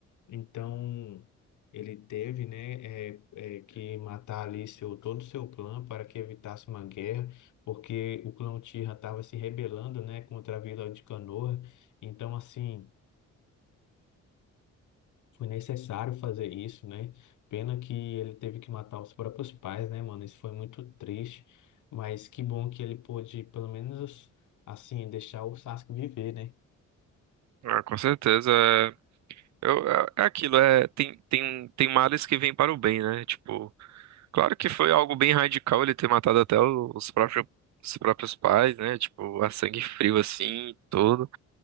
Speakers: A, on the left; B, on the right.
A: Então ele teve, né, é, é, que matar ali seu, todo o seu clã para que evitasse uma guerra, porque o clã Uchiha estava se rebelando, né, contra a Vila de Konoha. Então assim foi necessário fazer isso, né? Pena que ele teve que matar os próprios pais, né, mano? Isso foi muito triste. Mas que bom que ele pôde, pelo menos, assim, deixar o Sasuke viver, né?
B: Ah, com certeza. É, eu, é, é aquilo, é, tem, tem, tem males que vêm para o bem, né? Tipo, claro que foi algo bem radical ele ter matado até o- os próprios, os próprios pais, né? Tipo, a sangue frio assim, e tudo.